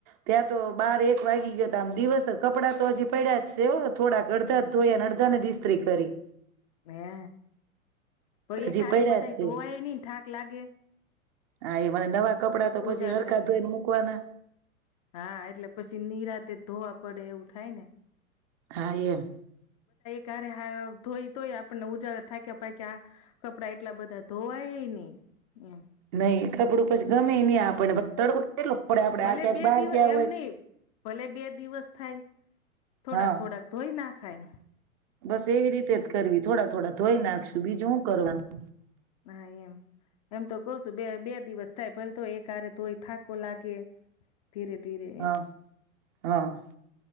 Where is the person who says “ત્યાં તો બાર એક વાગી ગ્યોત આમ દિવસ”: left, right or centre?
Right